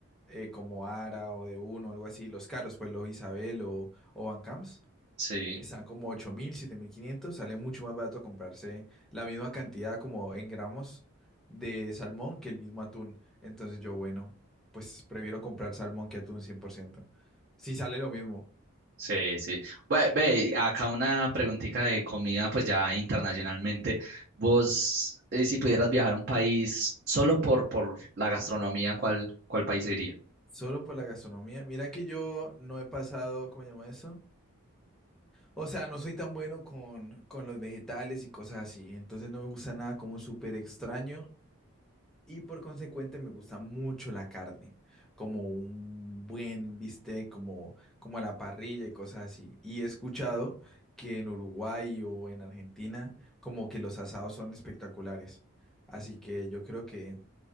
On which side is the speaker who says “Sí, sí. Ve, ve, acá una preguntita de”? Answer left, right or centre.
Right